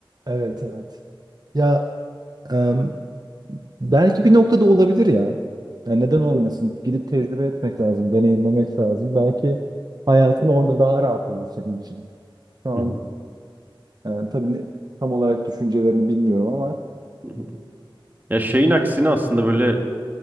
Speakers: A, on the right; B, on the right.
A: Evet evet. Ya e, Belki bir noktada olabilir ya. Yani neden olmasın? Gidip tecrübe etmek lazım, deneyimlemek lazım. Belki hayatın orada daha rahat olur senin için. Şu an
B: Hı
A: e, tabii ne- tam olarak düşüncelerini bilmiyorum ama
B: hı. Ya şeyin aksine aslında böyle